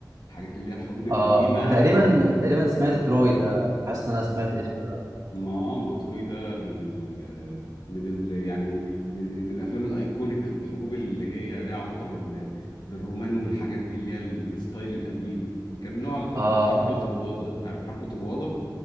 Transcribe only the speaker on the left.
الحاجات اللي هي الحروب القديمة
وال
و-
ما ما تروي ده من ال من ال يعني من, من الافلام الايكونيك في الحروب اللي هي ليها علاقة بال بالرومان والحاجات دي اللي هي الستايل القديم كان له علاقة
بحرب
طروادة انت عارف حرب طروادة